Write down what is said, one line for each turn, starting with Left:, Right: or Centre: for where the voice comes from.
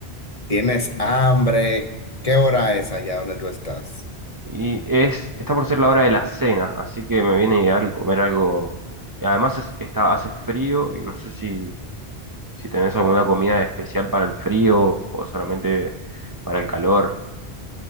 Left: ¿tienes hambre? ¿Qué hora es allá donde tú estás?
Right: Y es, está por ser la hora de la cena, así que me viene ideal comer algo. Y además es- está, hace frío y no sé si, si tenés alguna comida especial para el frío o solamente para el calor.